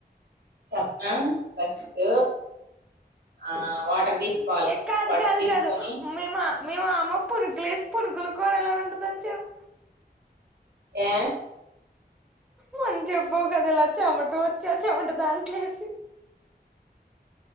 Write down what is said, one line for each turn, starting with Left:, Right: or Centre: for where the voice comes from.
Right: చెప్న ఫస్ట్ ఆ వాటర్ తీసుకోవాలి
Centre: ఎ కాదు
Right: వాటర్
Centre: కాదు
Right: తీసుకొని
Centre: కాదు మీమా మీ మామ పునుకులేసి పునుకులు కూర ఎలా ఉంటదొ చెప్
Right: ఏ
Centre: మంచి చెబ్బవు కద ఇలాచ్చమట వచ్చి చెమట దాంట్లేసి